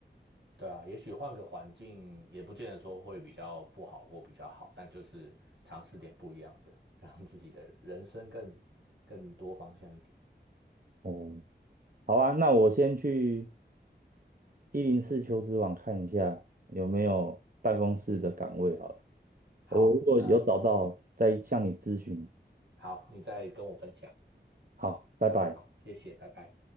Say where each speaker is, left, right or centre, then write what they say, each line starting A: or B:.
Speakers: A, on the right; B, on the right.
A: 对啊，也许换个环境也不见得说会比较不好或比较好，但就是尝试点不一样的，<laughs> 让自己的人生更更多方向一点。
B: 哦，好啊，那我先去一零四求职网看一下有没有办公室的岗位好了，
A: 好，
B: 我如果有找到再向你咨询。
A: 那好，你再跟我分享。
B: 好，拜拜。
A: 好，谢谢，拜拜。